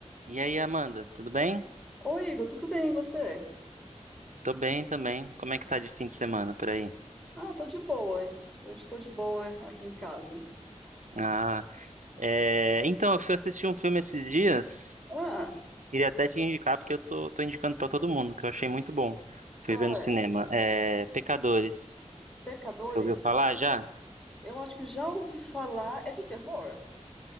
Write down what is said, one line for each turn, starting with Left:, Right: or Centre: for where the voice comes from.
Right: E aí, Amanda, tudo bem?
Centre: Oi, Igor, tudo bem, e você?
Right: Tô bem também. Como é que tá de fim de semana por aí?
Centre: Ah, tô de boa, hein? Hoje tô de boa aqui em casa.
Right: Ah, é... Então, eu fui assistir um filme esses dias.
Centre: Ah,
Right: Queria até te indicar, porque eu tô, tô indicando pra todo mundo, que eu achei muito bom.
Centre: qual
Right: Fui ver no
Centre: é?
Right: cinema. É... Pecadores.
Centre: Pecadores?
Right: Você ouviu falar já?
Centre: Eu acho que já ouvi falar. É de terror?